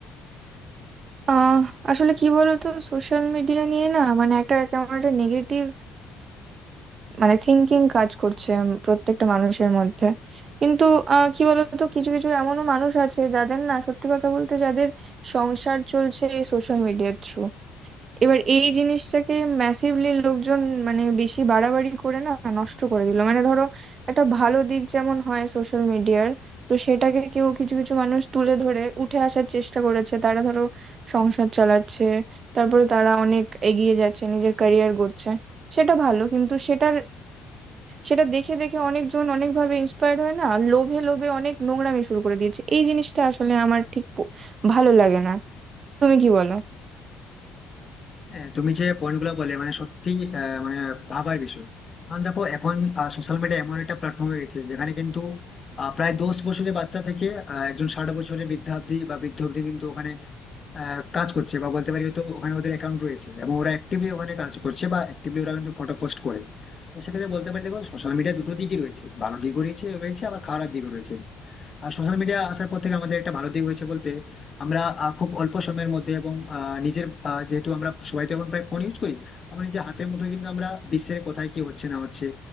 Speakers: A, on the right; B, on the left.
A: আহ আসলে কি বলতো সোশ্যাল মিডিয়া নিয়ে না মানে একটা কেমন একটা নেগেটিভ মানে থিঙ্কিং কাজ করছে উম, প্রত্যেকটা মানুষের মধ্যে কিন্তু আহ, কি বলতো কিছু কিছু এমনও মানুষ আছে যাদের না সত্যি কথা বলতে যাদের সংসার চলছে এই সোশ্যাল মিডিয়ার থ্রু এবার এই জিনিসটাকে ম্যাসিভলি লোকজন মানে বেশি বাড়াবাড়ি করে না নষ্ট করে দিল মানে ধরো একটা ভালো দিক যেমন হয় সোশ্যাল মিডিয়ার তো সেটাকে কেউ কিছু কিছু মানুষ তুলে ধরে উঠে আসার চেষ্টা করেছে তারা ধরো সংসার চালাচ্ছে তারপরে তারা অনেক এগিয়ে যাচ্ছে নিজের ক্যারিয়ার গড়ছে সেটা ভালো কিন্তু সেটার সেটা দেখে দেখে অনেকজন অনেকভাবে ইন্সপায়ার্ড হয় না লোভে লোভে অনেক নোংরামি শুরু করে দিয়েছে এই জিনিসটা আসলে আমার ঠিক প- ভালো লাগে না তুমি কি বলো
B: হ্যাঁ তুমি যে পয়েন্ট গুলো বলে মানে সত্যি আহ, মানে ভাবার বিষয় কারণ দেখো এখন সোশ্যাল মিডিয়া এমন একটা প্ল্যাটফর্ম হয়ে গেছে যেখানে কিন্তু আহ, প্রায় দশ বছরের বাচ্চা থেকে আহ, একজন ষাট বছরের বৃদ্ধা অব্দি বা বৃদ্ধ অব্দি কিন্তু ওখানে আহ, কাজ করছে বা বলতে পারি হয়তো ওখানে ওদের অ্যাকাউন্ট রয়েছে এবং ওরা অ্যাক্টিভলি ওখানে কাজ করছে বা অ্যাক্টিভলি ওরা কিন্তু ফটো পোস্ট করে তো সেক্ষেত্রে বলতে পারি দেখো সোশ্যাল মিডিয়া দুটো দিকই রয়েছে ভালো দিকও রয়েছে রয়েছে আবার খারাপ দিকও রয়েছে আর সোশ্যাল মিডিয়া আসার পর থেকে আমাদের একটা ভালো দিক হয়েছে বলতে আমরা আহ, খুব অল্প সময়ের মধ্যে এবং আহ, নিজের আহ, যেহেতু আমরা সবাই তো এখন প্রায় ফোন ইউজ করি তো আমরা নিজের হাতের মুঠোয় কিন্তু আমরা বিশ্বের কোথায় কি হচ্ছে না হচ্ছে